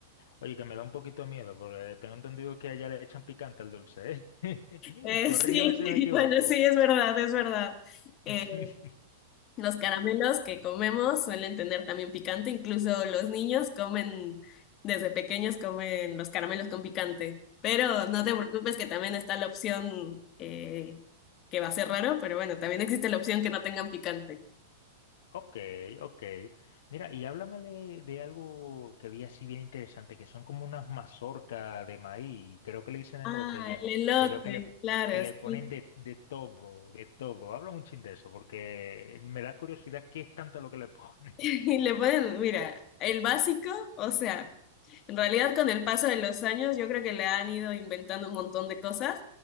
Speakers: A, on the left; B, on the left.
A: Oye, que me da un poquito de miedo, porque tengo entendido que allá le echan picante al dulce, ¿eh?
B: Eh,
A: <laughs> Corrígeme
B: sí,
A: si
B: <laughs>
A: me equivoco.
B: bueno, sí, es verdad, es verdad. Eh,
A: <laughs>
B: Los caramelos que comemos suelen tener también picante, incluso los niños comen, desde pequeños comen los caramelos con picante, pero no te
A: O-
B: preocupes que también está la opción eh, que va a ser raro, pero bueno, también existe la opción que no tengan picante.
A: Ok, ok. Mira, y háblame de, de algo que vi así bien interesante, que son como unas mazorcas de maíz, creo que le dicen elote
B: Ah,
A: ya,
B: el elote,
A: que veo que le,
B: claro,
A: que le ponen
B: sí.
A: de, de todo, de todo. Habla un chin de eso, porque me da curiosidad qué es tanto lo que le <laughs> ponen.
B: <laughs> Y le pueden mira, el básico, o sea, en realidad con el paso de los años yo creo que le han ido inventando un montón de cosas,